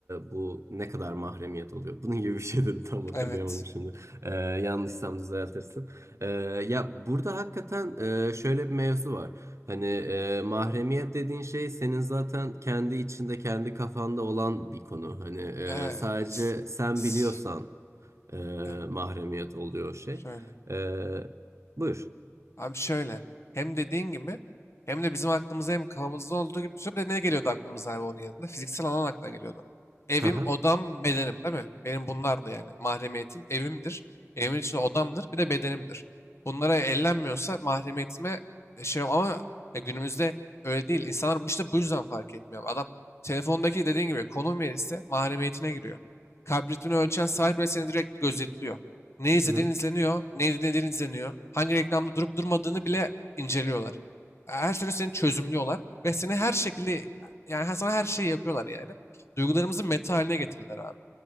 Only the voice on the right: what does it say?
bu ne kadar mahremiyet oluyor. Bunun gibi bir şey dedim <laughs> tam hatırlayamadım
şimdi. Ee, yanlışsam düzeltirsin. Ee, ya burada hakikaten e, şöyle bir mevzu var. Hani e, mahremiyet dediğin şey senin zaten kendi içinde, kendi kafanda olan bir konu. Hani e,
sadece
sen
biliyorsan e,
mahremiyet oluyor o şey.
E, buyur.
Hı hı.
Hı hı.